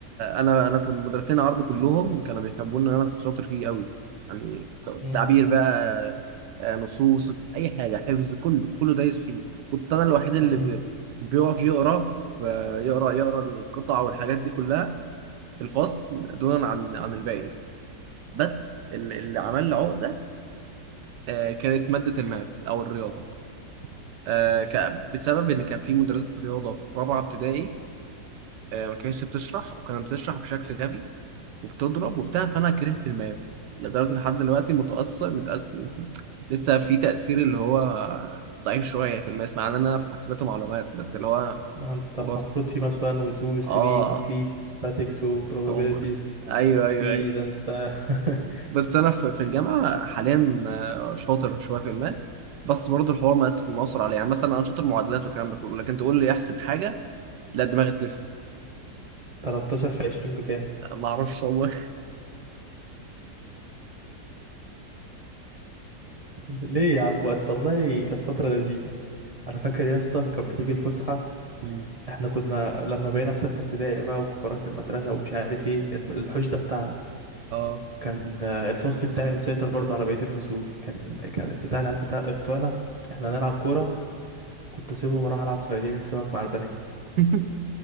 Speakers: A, on the right (about 80°); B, on the right (about 55°).
A: انا انا انا في مدرسين عربي كلهم كانوا بيحبوني ان انا كنت شاطر فيه قوي يعني
B: امم
A: تعبير بقى آه، نصوص اي حاجه حفظ كله كله دايس فيه كنت انا الوحيد اللي
B: امم
A: بي- بيقف يقرا في- آه، يقرا يقرا القطع والحاجات دي كلها في الفصل دونا عن عن الباقي بس ال- اللي عمل لي عقده آه، كانت ماده الماس او الرياضه آه، ك- بسبب ان كان في مدرسه رياضه في رابعه ابتدائي آه، ما كانتش بتشرح وكانت بتشرح بشكل غبي وبتضرب وبتاع فانا كرهت الماس لدرجه لحد دلوقتي متاثر متأثر لسه في تاثير اللي هو ضعيف شويه في الماس مع ان انا في حاسبات ومعلومات بس اللي هو
B: انت
A: برضه
B: المفروض في مثلا و2 و3
A: اه
B: وفي statics و probabilities
A: هو ايوه
B: وفي
A: ايوه ايوه
B: ده انت <laughs>
A: بس انا في في الجامعه حاليا آه، شاطر شويه في الماس بس برضه الحوار ما مؤثر عليه يعني مثلا انا شاطر معادلات والكلام ده كله لكن تقول لي احسب حاجه لا دماغي تلف
B: 13 في 20 بكام
A: ما اعرفش والله
B: ليه يا عم بس والله كانت فترة لذيذة أنا فاكر يا اسطى كانت بتيجي الفسحة
A: مم.
B: احنا كنا لما بقينا في ستة ابتدائي بقى وكبارات المدرسة ومش عارف ايه الم- الحوش ده بتاعنا
A: اه
B: كان آه، الفصل بتاعي مسيطر برضه على بقية الفصول كان كان بتاع العيال بتاع بتوعنا احنا هنلعب كورة كنت اسيبهم اروح العب صيادين السمك مع البنات
A: <laughs>